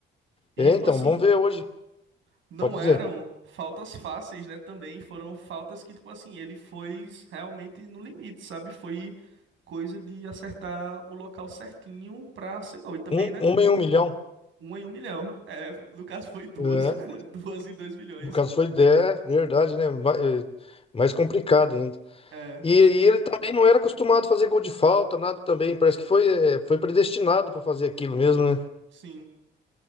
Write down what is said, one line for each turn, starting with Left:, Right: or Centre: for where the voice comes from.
Right: E,
Left: É,
Right: tipo
Left: então,
Right: assim,
Left: vamos ver hoje.
Right: não
Left: Pode dizer.
Right: eram faltas fáceis, né? Também foram faltas que, tipo assim, ele foi realmente no limite, sabe? Foi coisa de acertar o local certinho pra ser gol. E também,
Left: Um,
Right: né?
Left: uma em um milhão.
Right: Um em um milhão. É, no caso foi duas.
Left: É.
Right: <laughs> Duas em dois milhões.
Left: No caso foi. É, verdade, né? Ma- é, Mais complicado ainda.
Right: É,
Left: E, e ele também não era acostumado a fazer gol de falta, nada também. Parece que foi, é, foi predestinado para fazer aquilo mesmo, né?
Right: sim.